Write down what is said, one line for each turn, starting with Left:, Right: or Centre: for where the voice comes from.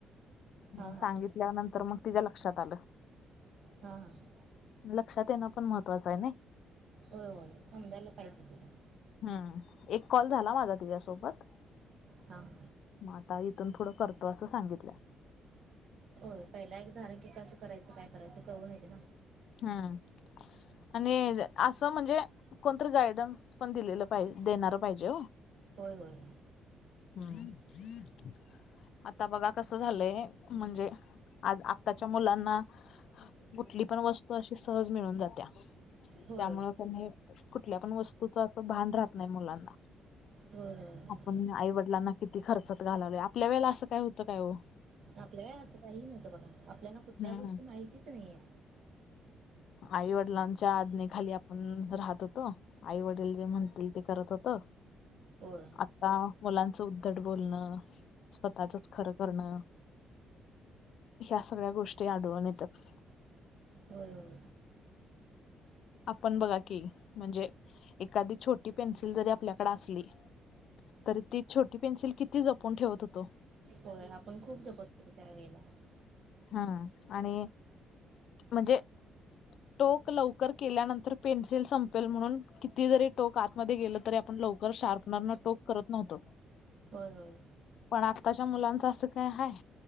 Right: हा
Left: म
Right: हा
Left: सांगितल्यानंतर मग तिच्या लक्षात आलं.
Right: हम्म.
Left: लक्षात येणं पण महत्त्वाचं आहे ना?
Right: होय. होय समजायला पाहिजे कि-
Left: हम्म. एक कॉल झाला माझा तिच्यासोबत.
Right: हां.
Left: मग आता इथून थोडं करतो असं सांगितलंय.
Right: होय. पहिला एक झाला की कसं करायचं? काय करायचं? कळुन येते ना.
Left: हं. आणि असं म्हणजे, कोणतरी गायडन्स पण दिलेलं पाहिजे. देणार पाहिजे.
Right: होय होय.
Left: <inaudible> आता बघा कस झालंय म्हणजे आज आत्ताच्या मुलांना कुठली पण वस्तू अशी सहज मिळून जात्या.
Right: होय
Left: त्यामुळे त्यांनी कुठल्या पण वस्तूच अस भान राहत नाही मुलांना.
Right: होय.
Left: पण आई वडलांना किती खर्चात घालावले. आपल्या वेळेला असं काय होतं काय ओ?
Right: आपल्या वेळी असं काही नव्हतं बघा आपल्याला कुठल्या
Left: हम्म
Right: गोष्टी माहितीच नाहीयत.
Left: आई वडिलांच्या आज्ञे खाली आपण राहत होतो. आई वडील जे म्हणतील ते करत होतो.
Right: होय.
Left: आता मुलांचं उद्धट बोलणं, स्वतःचच खरं करणं ह्या सगळ्या गोष्टी आढळून येतात.
Right: होय होय.
Left: आपण बघा की म्हणजे एखादी छोटी पेन्सिल जरी आपल्याकडे असली तर ती छोटी पेन्सिल किती जपून ठेवत होतो.
Right: होय आपण खूप जपत होतो त्या वेळेला.
Left: हा आणि म्हणजे टोक लवकर केल्यानंतर पेन्सिल संपेल म्हणून किती जरी टोक आत मध्ये गेलं तरी आपण लवकर शार्पनर न टोक करत नव्हतो.
Right: होय होय.
Left: पण आत्ताच्या मुलांचं असं काय आहे.